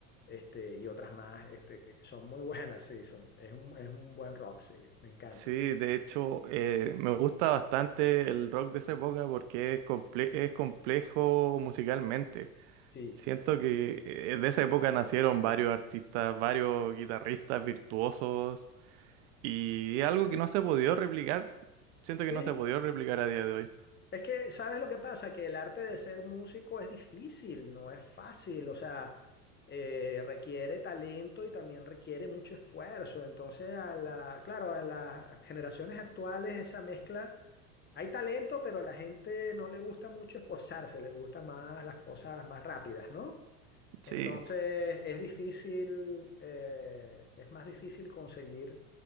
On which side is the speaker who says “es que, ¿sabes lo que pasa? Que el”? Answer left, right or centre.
Left